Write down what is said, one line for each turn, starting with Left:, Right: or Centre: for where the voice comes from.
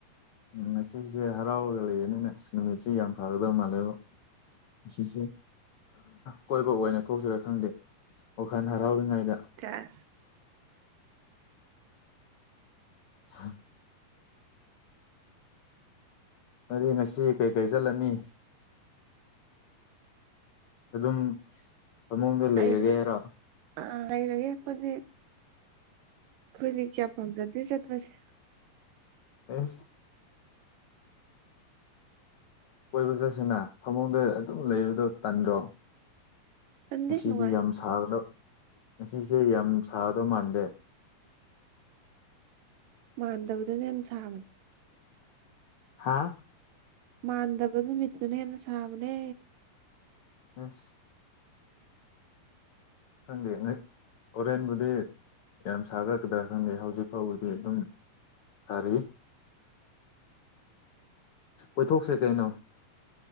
Left: ꯎ ꯉꯁꯤꯁꯦ ꯍꯔꯥꯎꯔꯒ ꯂꯩꯌꯦꯅꯤꯅ ꯅꯨꯃꯤꯠꯁꯤꯦ ꯌꯥꯝ ꯐꯒꯗꯕ ꯃꯥꯜꯂꯦꯕ ꯑꯁꯤꯁꯦ ꯀꯣꯏꯕ ꯑꯣꯏꯅ ꯊꯣꯛꯁꯤꯔꯥ ꯈꯪꯗꯦ ꯋꯥꯈꯜ ꯍꯔꯥꯎꯔꯤꯉꯩꯗ
Right: ꯆꯥꯁ
Left: ꯎꯝ ꯑꯗꯨ ꯉꯁꯤ ꯀꯩꯀꯩ ꯆꯠꯂꯅꯤ ꯑꯗꯨꯝ ꯐꯃꯨꯡꯗ ꯂꯩꯔꯒꯦ
Right: ꯑꯩꯔꯣ
Left: ꯍꯥꯏꯔꯣ
Right: ꯑꯥ ꯂꯩꯔꯒꯦ ꯑꯩꯈꯣꯏꯗꯤ ꯑꯩꯈꯣꯏꯗꯤ ꯀꯌꯥ ꯄꯥꯝꯖꯗꯦ ꯆꯠꯄꯁꯦ
Left: ꯑꯦ ꯀꯣꯏꯕ ꯆꯠꯁꯤꯅ ꯊꯃꯨꯡꯗ ꯑꯗꯨꯝ ꯂꯩꯕꯗꯣ ꯇꯟꯗ꯭ꯔꯣ
Right: ꯇꯟꯗꯦ
Left: ꯉꯁꯤꯗꯤ
Right: ꯅꯨꯡꯉꯥꯏ
Left: ꯌꯥꯝ ꯁꯥꯒꯗꯕ ꯉꯁꯤꯁꯦ ꯌꯥꯝ ꯁꯥꯒꯗꯧ ꯃꯥꯟꯗꯦ
Right: ꯃꯥꯟꯗꯕꯗꯅ ꯍꯦꯟꯅ ꯁꯥꯕꯅꯦ
Left: ꯍꯥꯥ
Right: ꯃꯥꯟꯗꯕ ꯅꯨꯃꯤꯠꯇꯨꯅ ꯍꯦꯟꯅ ꯁꯥꯕꯅꯦ
Left: ꯑ ꯈꯪꯗꯦ ꯍꯣꯔꯦꯟꯕꯨꯗꯤ ꯌꯥꯝ ꯁꯥꯒꯠꯀꯗ꯭ꯔꯥ ꯈꯪꯗꯦ ꯍꯧꯖꯤꯛ ꯐꯥꯎꯕꯗꯤ ꯑꯗꯨꯝ ꯐꯔꯤ ꯀꯣꯏꯊꯣꯛꯁꯦ ꯀꯩꯅꯣ